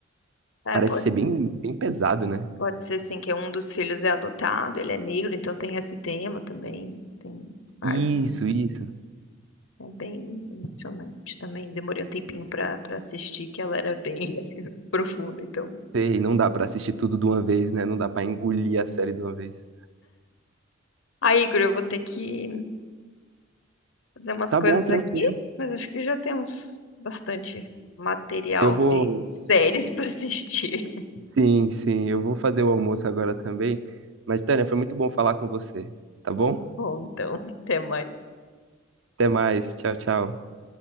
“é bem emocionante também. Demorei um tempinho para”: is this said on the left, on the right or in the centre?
Left